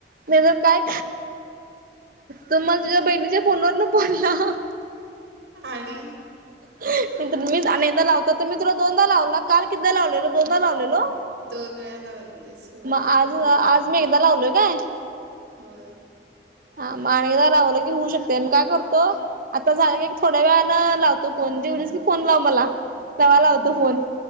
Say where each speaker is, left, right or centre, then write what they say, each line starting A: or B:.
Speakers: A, on the right; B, on the right.
A: नाही तर काय, तू मला तुझ्या बहिणीच्या फोनवरन फोन लाव.
B: आणि
A: नाहीतर मीच अनेकदा लावतो, तर मी तुला दोनदा लावलो काल कितीदा लावलेलो दोनदा लावलेलो.
B: दोन वेळा लावलेलीस. होय
A: मग आज, आज मी एकदा लावलोय काय.
B: होय.
A: हा मग आणि एकदा लावलं की होऊ शकतेय, मी काय करतो, आता झालं की एक थोड्या वेळात. न लावतो फोन, जेवलीस की. फोन लाव मला, तवा लावतो फोन